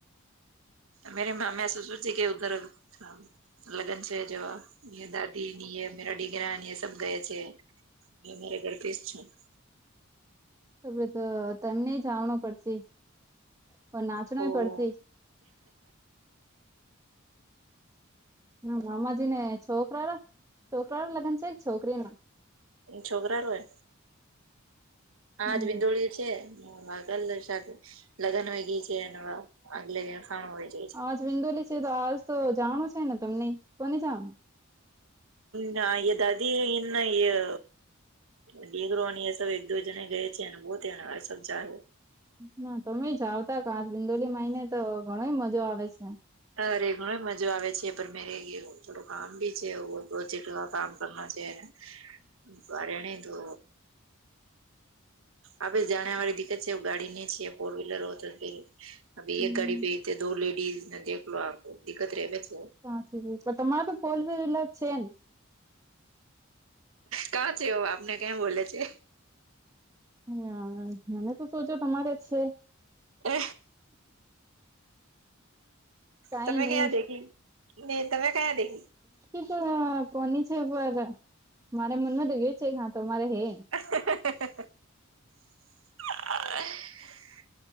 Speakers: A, on the right; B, on the right.
A: મેરે મામા સસુરજી કે ઉધર થા લગ્ન છે જાવા મેરે દાદી ની એ મેરા ડીગરા ની એ સબ ગયે છે. અમારા ઘર પેજ થા <unintelligible>
B: હવે તો તમને જાવાનું પડશે? પણ નાચણોય
A: હો.
B: પડશે હા મામાજી ને છોકરા ના છોકરા ના લગ્ન છે કે છોકરી ના
A: છોકરા નો હે આજ
B: હમ
A: વિદોળી છે <unintelligible> લગ્ન વહી ગય છે અને આગલે દિન ખાવાનું હોય. જાય છે
B: આજ વિંદોલી છે તો આજ તો જાવાનું છે ને તમને કોને જાવાનું?
A: ના યે દાદી ઈના ય ડીગરો અને એ સબ એક દો જણે ગયે થેને બો થિયા ને આ સબ જાર
B: ના તમે જાવતા કા બિંદોલી માય ને તો ઘણોય મજો આવે છે.
A: અરે ઘણો મજો આવે છે પણ મેરે યે થોડું કામ બી છે પ્રોજેક્ટ કામ કરવા છે ને બરેણે તો આપડે જાણ્યા વાળી દિકકત છે ગાડી ની છે ફોર વ્હીલર હોય તો કે અભી
B: હમ
A: એક ગાડી પે ઈથે દો લેડીઝ ને એકલો હાકુ દિક્કત રેવે છે.
B: સાચી જ પન તમારે તો ફોર વ્હીલર છે ને?
A: કાં છે એવ આપને કેમ બોલે છે?
B: હા મને તો સોચો તમારે છે.
A: એ
B: કઈ
A: તમે
B: નહી
A: કયા દેખી ને તમે કયા દેખી?
B: <unintelligible> કોની છે પર મારા મનમાં તો એ છે હાં તમારી હે.
A: <inaudible>